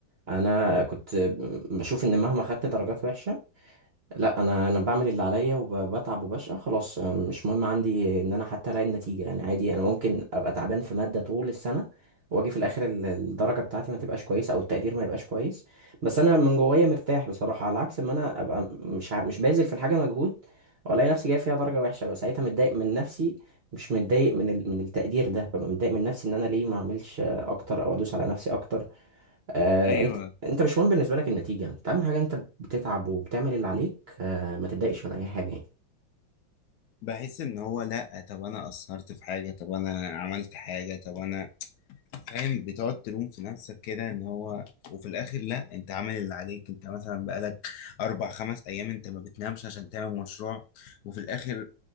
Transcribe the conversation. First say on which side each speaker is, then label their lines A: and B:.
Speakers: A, on the right; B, on the left.
A: انا كنت بشوف ان مهما خدت درجات وحشه لا انا انا بعمل اللي عليا وبتعب وبشقى خلاص آه، مش مهم عندي ان انا حتى الاقي النتيجه يعني عادي انا ممكن ابقى تعبان في ماده طول السنه واجي في الاخر ال- الدرجه بتاعتي ما تبقاش كويسه او التقدير ما يبقاش كويس بس انا من جوايا مرتاح بصراحه على عكس ما انا ابقى مش ع- مش باذل في الحاجه مجهود والاقي نفسي جاي فيها درجه وحشه وساعتها متضايق من نفسي مش متضايق من ال... من التقدير ده ببقى متضايق من نفسي ان انا ليه ما اعملش آه، اكتر او ادوس على نفسي اكتر آه
B: أيوه
A: انت انت مش مهم بالنسبه لك النتيجه انت اهم حاجه انت بتتعب وبتعمل اللي عليك آه ما تتضايقش من اي حاجه يعني
B: بحس إن هو لأ طب أنا قصرت في حاجة طب أنا عملت حاجة طب أنا فاهم بتقعد تلوم في نفسك كده ان هو وفي الاخر لا انت عامل اللي عليك انت مثلا بقالك اربع خمس ايام انت ما بتنامش عشان تعمل مشروع وفي الاخر